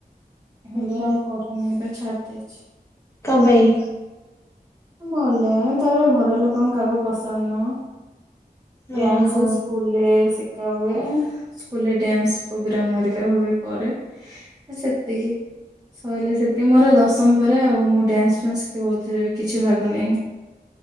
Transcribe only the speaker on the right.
ହେଲେ
ଆଉ କରୁ ପୁଣି ଏବେ ଛାଡ଼ି ଦେଇଛି।
ଭଲଲା ତାପରେ ଘର ଲୋକଙ୍କ କାହାକୁ ପସନ୍ଦ ନୁହ ଡ୍ୟାନ୍ସ
ସ୍କୁ ସ୍କୁଲ୍ ରେ ଶିକା ହୁଏ, ସ୍କୁଲରେ ଡ୍ୟାନ୍ସ ପ୍ରୋଗ୍ରାମହେରିକା ହୁଏ କରେ। ସେତିକି ସଇଲେ ସେତିକି ମୋର ଦଶମ ପରେ ଆଉ ମୁଁ ଡ୍ୟାନ୍ସ ଫ୍ୟାନ୍ସ କଉଥିରେ ବି କିଛି ଭାଗ ନେଇନି।